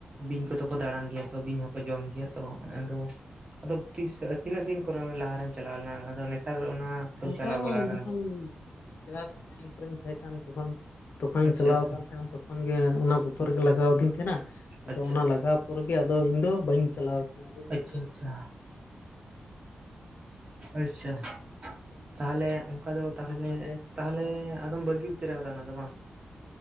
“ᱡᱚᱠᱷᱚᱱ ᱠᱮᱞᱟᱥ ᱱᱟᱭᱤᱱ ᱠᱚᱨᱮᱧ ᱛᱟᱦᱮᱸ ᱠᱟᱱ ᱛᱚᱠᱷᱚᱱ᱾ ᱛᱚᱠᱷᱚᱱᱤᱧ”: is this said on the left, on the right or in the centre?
Left